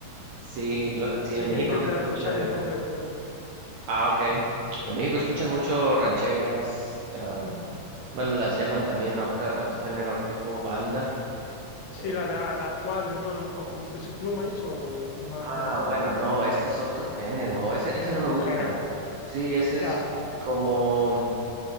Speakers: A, on the right; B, on the left.
A: Sí,
B: los títulos.
A: lo- sí,
B: Sí,
A: en México
B: yo he intentado
A: se escucha
B: escuchar
A: de
B: un
A: eso.
B: poco de todo.
A: Ah, ok. En México escuchan mucho rancheras. am,
B: Ah,
A: bueno, las llaman también otra, otro género tipo banda.
B: Sí,
A: Eh,
B: las de- las actuales, ¿no? A lo mejor con Peso Pluma y eso, o, o más
A: ah,
B: clásica.
A: bueno, no, ese es otro género. Ese, ese
B: Es
A: no
B: otro
A: me gusta.
B: género, ¿no?
A: Sí, ese es
B: Ya, no,
A: como,